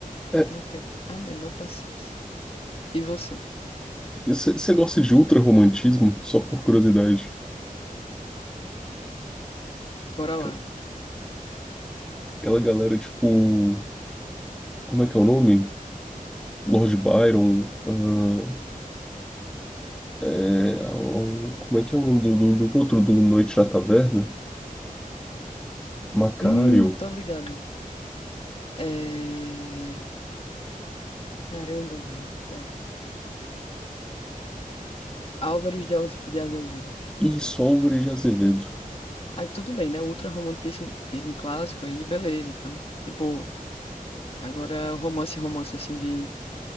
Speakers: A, in the centre; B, on the left (about 40°).
A: É,
B: Não tenho a menor paciência. E você?
A: você gosta de ultra-romantismo, só por curiosidade?
B: Bora lá.
A: Aquela aquela galera, tipo, como é que é o nome? Lord Byron, ah, é, o- como é que é o nome do, do- do outro, do Noite na Taverna? Macário
B: Hum, tô ligado. É... Caramba, velho. Pera. Álvares de Aze- de Azevedo.
A: e Solveig de Azevedo,
B: Aí tudo bem, né? Ultra romantismo tismo clássico, aí beleza, então, de boa. Agora, o romance, romance assim de,